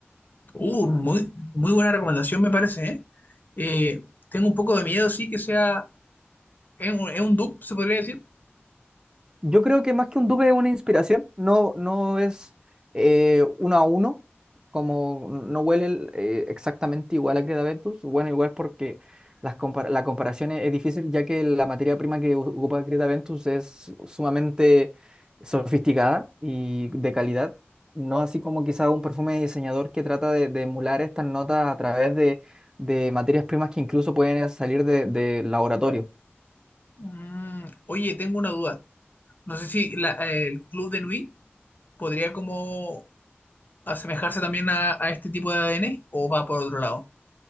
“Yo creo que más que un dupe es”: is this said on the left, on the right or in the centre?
Right